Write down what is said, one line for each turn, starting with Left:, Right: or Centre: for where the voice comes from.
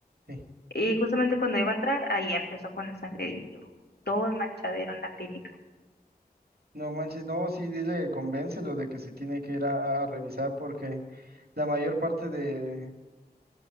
Right: sí.
Left: y justamente cuando iba a entrar, ahí empezó con el sangrerillo, todo el manchadero en la clínica.
Right: No manches, no, sí, dile, convéncelo de que se tiene que ir a, a revisar, porque la mayor parte de,